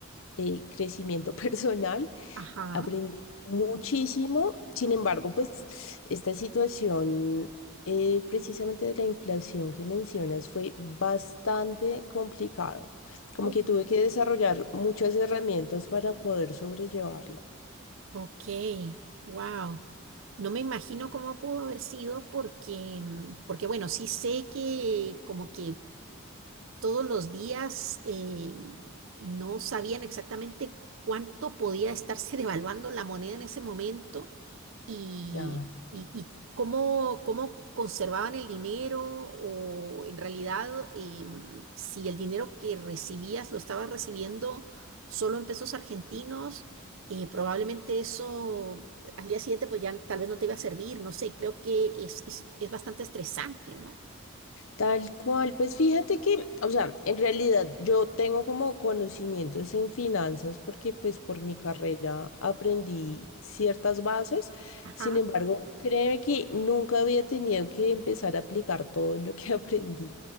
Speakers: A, on the left (about 65°); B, on the right (about 65°).
A: eh, crecimiento <laughs> personal.
B: ajá.
A: Aprendí muchísimo, sin embargo, pues esta situación eh, precisamente de la inflación que mencionas fue bastante complicada. Como
B: Uf.
A: que tuve que desarrollar muchas herramientas para poder sobrellevarla.
B: Ok, wow. No me imagino cómo pudo haber sido porque, mm, porque bueno, sí sé que como que todos los días eh, no sabían exactamente cuánto podía estarse <laughs> devaluando la moneda en ese momento y,
A: Claro.
B: y- y cómo, cómo conservaban el dinero o en realidad eh, si el dinero que recibías lo estabas recibiendo solo en pesos argentinos. eh, probablemente eso al día siguiente pues ya tal vez no te iba a servir, no sé, creo que es, es, es bastante estresante, ¿no?
A: Tal cual, pues fíjate que, o sea, en realidad yo tengo como conocimientos en finanzas porque pues por mi carrera aprendí ciertas bases,
B: Ajá.
A: sin embargo, créeme que nunca había tenido que empezar a aplicar todo lo que <laughs> aprendí.